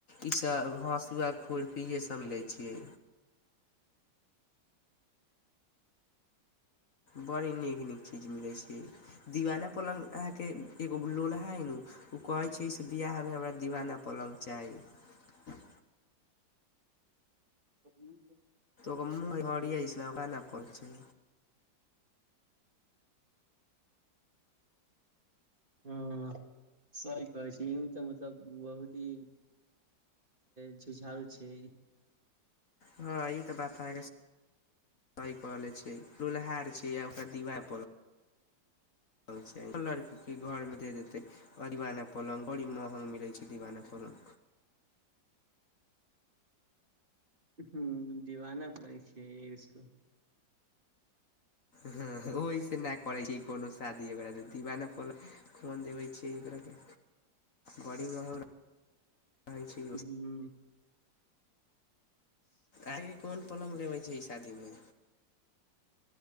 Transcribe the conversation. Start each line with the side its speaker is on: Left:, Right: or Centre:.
Right: ई
Left: इ सब हसुआ
Right: हॉस्पिटल
Left: खुरपीे
Right: पे फ्री के
Left: सब मिलै
Right: छियै।
Left: छैै। बड़ी नीक नीक चीज मिलै छै दीवाना
Right: ई लगा
Left: पलंग अहाँके
Right: घर
Left: एगो लोलहा है न ओ कहै
Right: से
Left: छै
Right: सिटिया
Left: जे वियाहमे हमरा
Right: दिवाला
Left: दीवाना पलंग
Right: पर हो छै
Left: चाही।
Right: कबनी।
Left: तो ह आइस ने क नहि प छै
Right: हँ। सही कहै छी ई तऽ मतलब बहुत ही झुझारू छै
Left: हँ ई तऽ बात अहाँके सऽ। इ कहने। लोलहार छै आ ओकरा दिवार प। पल लड़कीे घरमे दे देतै दिवाना पलंग बड़ी महग मिलै छै दीवाना पलंग।
Right: हू। दीवाना पड़ै छै इसकु।
Left: ह ओहि से नहि करै छै कोनो साध। दिवा खन देबै छिय एकरा के। बड़ी महंग रहे छै
Right: ह्म।
Left: आगे कोन पलंग लेबै छै शादीमे।